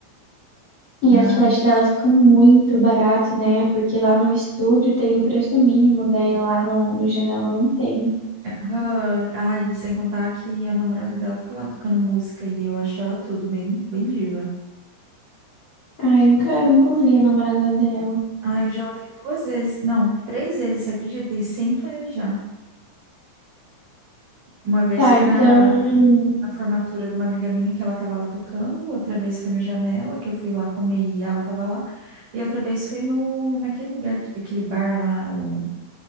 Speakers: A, on the left; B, on the right.
A: E
B: Mas.
A: as flechas dela ficam muito barato, né? Porque lá no estúdio tem o preço mínimo, daí lá no, no Janela não tem.
B: Aham. Ai, sem contar que a namorada dela fica lá tocando música e eu acho ela tudo bem, bem diva.
A: Ah, eu nunca, nunca ouvi a namorada dela.
B: Ah, eu já ouvi duas vezes, não, três vezes, você acredita? E sem planejar. Uma vez
A: Tá,
B: foi
A: então.
B: na, na formatura de uma amiga minha que ela tava lá tocando, outra vez foi no Janela, que eu fui lá comer e ela tava lá, e outra vez foi no, naquele lugar, que- aquele bar lá, o,